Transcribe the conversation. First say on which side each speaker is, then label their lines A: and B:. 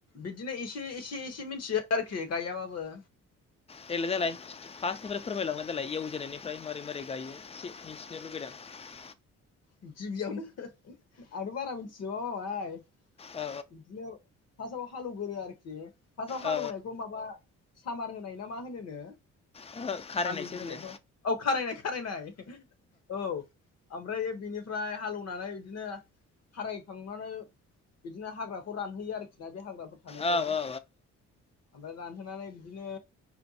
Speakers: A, on the left; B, on the left.
A: बिदिनो एसे एसे एसे मिथियो आरोखि गायाबाबो
B: देेल्लाय जालाय फार्सनिफ्राय फोरमायलांलानाय देलाय एवजेननायनिफ्राय मारै मारै गायो एसे <unintelligible>
A: गिबियावनो आरो बारा मिथि जोबा मामाय
B: औ
A: बिदिनो फाज हालुगोरोयो आरोखि फार्स्टआव हालेवनायखौ
B: औ
A: माबा सामार होनाय ना मा होनोनो
B: ओहो खारायनायसो
A: हालवजेननायखौ
B: होनो
A: औ खारायनाय खारायनाय औ ओमफ्राय निफ्राय हालेनानै बिदिनो खारायखांनानै बिदिनो हाग्राखौ रानहोयो आरोखि ना बे हाग्राफोर थानायखौ
B: औ औ
A: ओमफ्राय रानहोनानै बि बिदिनो